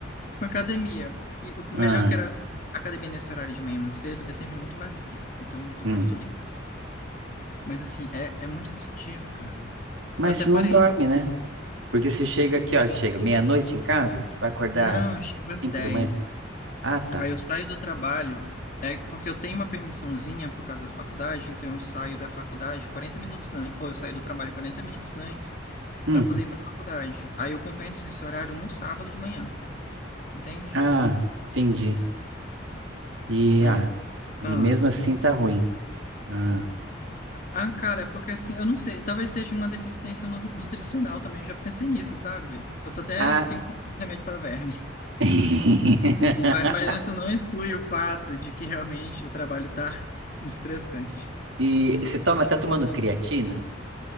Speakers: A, on the left (about 45°); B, on the right (about 85°).
A: Com academia. E o melhor
B: Ai,
A: que era. A academia nesse horário de manhã muito cedo é sempre muito vazia. Então tu
B: hum.
A: faz tudo em paz. Mas assim, é, é muito cansativo, cara.
B: Mas
A: Eu até
B: você
A: parei.
B: não dorme, né? Porque você chega aqui, ó, chega meia-noite em casa, você vai acordar
A: Não,
B: às
A: eu chego às
B: cinco
A: dez
B: da manhã. Ah, tá.
A: Aí eu saio do trabalho. É porque eu tenho uma permissãozinha por causa da faculdade, então eu saio da faculdade 40 minutos antes, ou eu saio do trabalho 40 minutos antes
B: Hum.
A: para poder ir para a faculdade. Aí eu compenso esse horário no sábado de manhã, entende?
B: Ah, entendi. E,
A: Mas,
B: ah, e
A: ah,
B: mesmo assim tá ruim. Ah.
A: Ah, cara, é porque assim, eu não sei, talvez seja uma deficiência nu- nutricional também, eu já pensei nisso, sabe? Eu tô até
B: Ah.
A: tenho que comprar um remédio para verme.
B: <laughs>
A: Mas, mas isso não exclui o fato de que realmente o trabalho tá <laughs> estressante.
B: E você toma, tá tomando creatina?